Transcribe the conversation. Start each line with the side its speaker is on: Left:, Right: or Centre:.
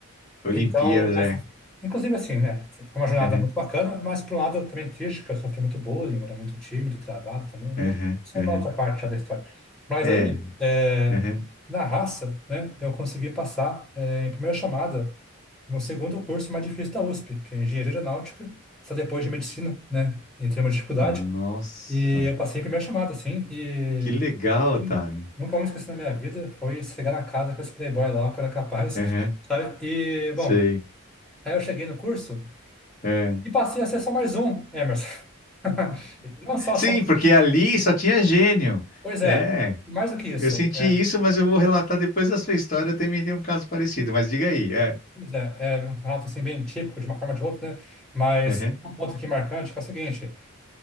Left: Olimpíadas,
Centre: Então, é,
Left: é.
Centre: fo- inclusive assim, né? Foi uma jornada
Left: Aham.
Centre: muito bacana, mas por um lado também triste, que eu sofri muito bullying, eu era muito tímido, travado também, mas
Left: Aham,
Centre: isso
Left: aham.
Centre: é uma outra parte já da história. Mas
Left: É,
Centre: aí, é,
Left: aham.
Centre: na raça, né, eu consegui passar, é, em primeira chamada no segundo curso mais difícil da USP, que é Engenharia Aeronáutica, só depois de Medicina, né? Em termos de dificuldade.
Left: Nossa,
Centre: E eu passei em primeira chamada, assim, e
Left: que legal,
Centre: e
Left: Otávio.
Centre: nunca vou me esquecer na minha vida, foi chegar na casa com esse playboy lá, que eu era capaz,
Left: Aham,
Centre: sabe? E, bom,
Left: sei.
Centre: Aí eu cheguei no curso
Left: É.
Centre: e passei a ser só mais um, Emerson. <laughs> E Não só
Left: Sim,
Centre: só mais...
Left: porque
Centre: um.
Left: ali só tinha gênio.
Centre: Pois é,
Left: É,
Centre: mais do que isso.
Left: eu senti
Centre: É,
Left: isso, mas eu vou relatar depois da sua história. Eu também tenho um caso parecido, mas diga aí. É,
Centre: pois é, é um relato assim bem típico, de uma forma ou de outra, né? Mas
Left: aham,
Centre: um ponto aqui marcante que é o seguinte,